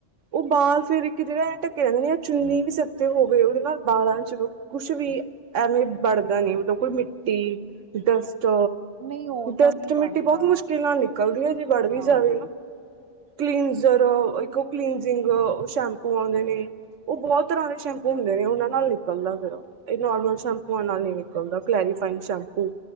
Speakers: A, on the right; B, on the right.
A: ਉਹ ਬਾਲ ਫੇਰ ਇੱਕ ਜਗਾ ਢਕੇ ਰਹਿੰਦੇ ਆ ਚੁੰਨੀ ਵੀ ਸਿਰ ਤੇ ਹੋਵੇ ਉਹਦੇ ਨਾਲ ਬਾਲਾਂ ਚ ਲੋਕ ਕੁਛ ਵੀ ਐਵੇਂ ਬਣਦਾ ਨਹੀਂ ਮਤਲਬ ਕੋਈ ਮਿੱਟੀ ਡਸਟ
B: ਨਹੀਂ ਉਹ
A: ਡਸਟ
B: ਤਾਂ ਨਹੀਂ
A: ਮਿੱਟੀ
B: ਵੜਦਾ
A: ਬਹੁਤ ਮੁਸ਼ਕਿਲ ਨਾਲ ਨਿਕਲਦੀ ਹੈ ਜੇ ਵੜ ਵੀ
B: ਹਾਂ
A: ਜਾਵੇ ਨਾ ਕਲੀਨਜ਼ਰ, ਇਕ ਉਹ ਕਲੀਨਜ਼ਿੰਗ ਸ਼ੈਪੂ ਉਹ ਆਉਂਦੇ ਨੇ ਉਹ ਬਹੁਤ ਤਰ੍ਹਾਂ ਦੇ ਸ਼ੈਂਪੂ ਹੁੰਦੇ ਨੇ ਉਹਨਾਂ ਨਾਲ ਨਿਕਲਦਾ ਫਿਰ ਉਹ ਇਹ ਨੋਰਮਲ ਸ਼ੈਂਪੂਆਂ ਨਾਲ ਨਹੀਂ ਨਿਕਲਦਾ ਕਲੈਰੀਫਾਈੰਗ ਸ਼ੈਂਪੂ